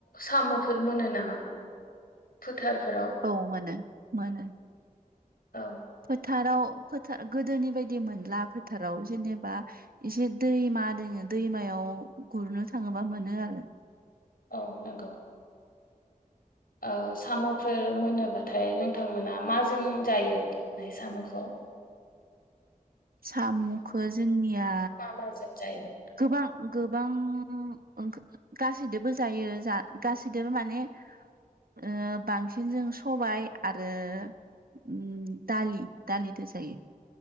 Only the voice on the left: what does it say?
साम'फोर मोनो नामा फोथारफोराव
औ
औ नंग' ओ साम'फोर मोनोबाथाय नोंथांमोना माजों जायो बे साम'खौ <inaudible>
मा माजों जायो